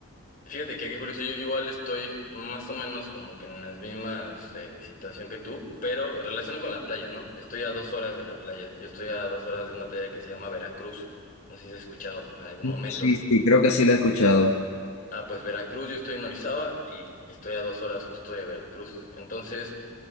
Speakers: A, on the left (about 40°); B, on the left (about 75°).
A: Fíjate que qué curioso, yo igual estoy más o menos como que en las mismas eh, situación que tú, pero en relación con la playa, ¿no? Estoy a dos horas de la playa. Yo estoy a dos horas de una playa que se llama Veracruz. No sé si has escuchado en algún
B: Mm,
A: momento.
B: Sí, sí, creo que sí lo he escuchado.
A: Ah, pues Veracruz, yo estoy en Orizaba y estoy a dos horas justo de Veracruz. Entonces,